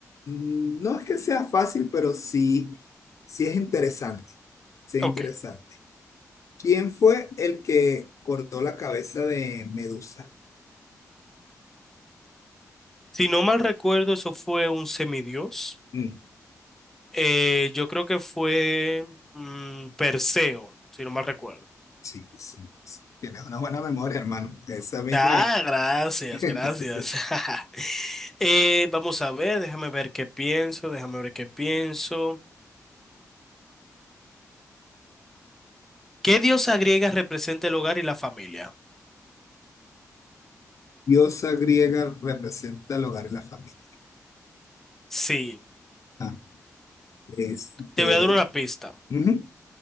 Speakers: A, on the left (about 55°); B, in the centre.
A: mm, no es que sea fácil, pero sí, sí es interesante. Sí es
B: Ok.
A: interesante. ¿Quién fue el que cortó la cabeza de Medusa?
B: Si no mal recuerdo, eso fue un semidios.
A: Ujú.
B: Eh, yo creo que fue mm, Perseo, si no mal recuerdo.
A: Sí, sí, sí. Tienes una buena memoria, hermano. Esa misma
B: Ah,
A: es.
B: gracias,
A: <laughs>
B: gracias. <laughs> Eh, vamos a ver, déjame ver qué pienso, déjame ver qué pienso. ¿Qué diosa griega representa el hogar y la familia?
A: diosa griega representa el hogar y la familia.
B: Sí,
A: Ajá. Este,
B: te voy a dar una pista.
A: ujú.